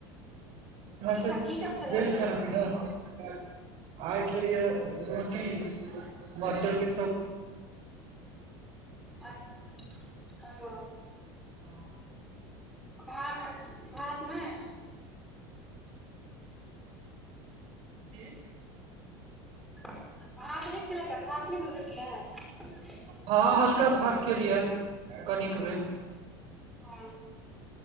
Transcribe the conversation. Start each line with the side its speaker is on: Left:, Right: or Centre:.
Right: ह
Centre: की
Right: सब
Centre: की
Right: बेल
Centre: खेलऽ अपन
Right: खड़ा <unintelligible> आइ खेलीये रोटी मटरके
Centre: अ ओ
Right: ह
Centre: भात भात नहि
Right: कि
Centre: भात नहि खेलक भात नहि मिल
Right: हँ हल्का भात केेलिए कनिक बे
Centre: हं